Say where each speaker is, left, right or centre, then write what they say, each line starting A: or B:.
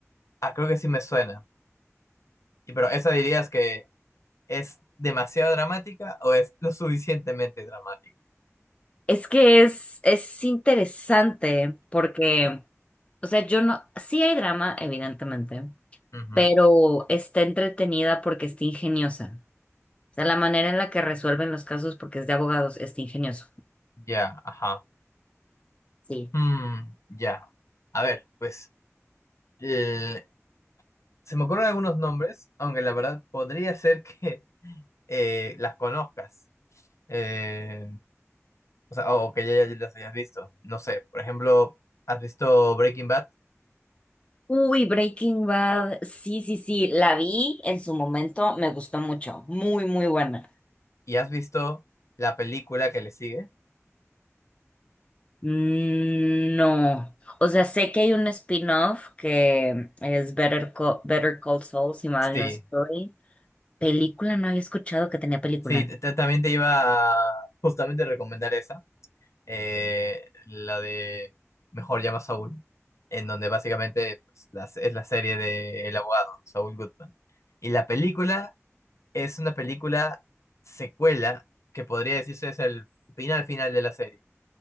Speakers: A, on the left; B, on the left.
A: Ah, creo que sí me suena. Y pero esa dirías que es demasiado dramática o es lo suficientemente dramática.
B: Es que es, es interesante porque O sea, yo no, sí hay drama, evidentemente,
A: Ujú,
B: pero
A: ujú,
B: está entretenida porque está ingeniosa. O sea, la manera en la que resuelven los casos porque es de abogados está ingenioso.
A: ya, ajá.
B: Sí.
A: Mm, ya. A ver, pues eh, se me ocurren algunos nombres, aunque la verdad podría ser que <laughs> eh, las conozcas. Eh, o sea, o que ya, ya las hayas visto. No sé, por ejemplo, ¿has visto Breaking Bad
B: Uy, Breaking Bad. Sí, sí, sí, la vi en su momento, me gustó mucho. Muy, muy buena.
A: y has visto la película que le sigue?
B: Mm, No. O sea, sé que hay un spin-off que es Better Call, Better Call Saul, si mal
A: Sí,
B: no estoy. Película, no había escuchado que tenía película.
A: Sí, t- t- también te iba a justamente recomendar esa, eh, la de Mejor llama a Saúl, en donde básicamente pues, la es la serie de El abogado, Saúl Goodman. Y la película es una película secuela que podría decirse es el final final de la serie.